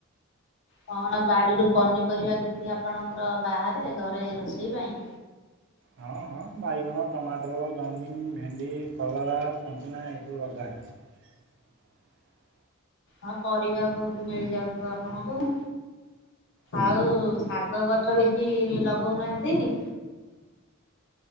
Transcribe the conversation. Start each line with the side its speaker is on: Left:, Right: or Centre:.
Left: କଣ ବାଡ଼ିରୁ ପନିପରିବା କିଛି ଆପଣଙ୍କର ବାହାରେ ଘରେ ରୋଷେଇ ପାଇଁ?
Right: ହଁ ହଁ ବାଇଗଣ, ଟମାଟର, ଜହ୍ନି, ଭେଣ୍ଡି, କଲରା, ସଞ୍ଚନା ଏସବୁ ଲଗା ହେଇଚି। <inaudible>
Left: ହଁ ପରିବା ବହୁତ୍ ମିଳିଯାଉଥିବ ଆପଣଙ୍କୁ।
Right: ଆଜ୍ଞା
Left: ଆଉ ଶାଗ ଗଛ କିଛି ଲଗଉନାହାନ୍ତି?